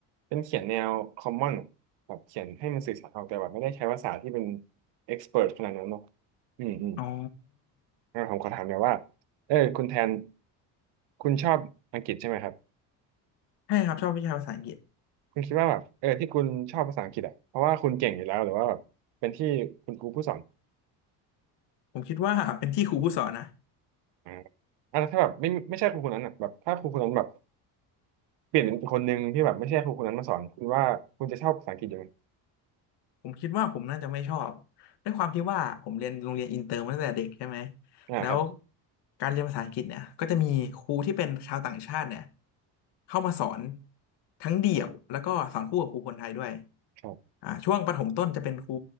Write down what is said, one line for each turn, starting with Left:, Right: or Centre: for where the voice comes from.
Right: เป็นเขียนแนว common อะแบบเขียนให้มันสื่อสารออกแต่แบบไม่ได้ใช้ภาษาที่เป็น expert ขนาดนั้นเนาะอืมอืม
Left: อ๋อ
Right: งั้นผมขอถามหน่อยว่าเออคุณแทนคุณชอบอังกฤษใช่ไหมครับ
Left: ใช่ครับชอบวิชาภาษาอังกฤษ
Right: คุณคิดว่าแบบเออที่คุณชอบภาษาอังกฤษอ่ะเพราะว่าคุณเก่งอยู่แล้วหรือว่าแบบเป็นที่คุณครูผู้สอน
Left: ผมคิดว่าเป็นที่ครูผู้สอนนะ
Right: อ่าอ่ะแล้วถ้าแบบไม่ไม่ใช่ครูคนนั้นอ่ะแบบถ้าครูคนนั้นแบบเปลี่ยนเป็นอีกคนนึงที่แบบไม่ใช่ครูคนนั้นมาสอนคุณว่าคุณจะชอบภาษาอังกฤษอยู่ไหม
Left: ผมคิดว่าผมน่าจะไม่ชอบด้วยความที่ว่าผมเรียนโรงเรียนอินเตอร์มาตั้งแต่เด็กใช่ไหม
Right: อ่าครับ
Left: แล้วการเรียนภาษาอังกฤษเนี่ยก็จะมีครูที่เป็นชาวต่างชาติเนี่ยเข้ามาสอนทั้งเดี่ยวแล้วก็สอนคู่กับครูคนไทยด้วย
Right: ครับ
Left: อ่าช่วงประถมต้นจะเป็นครู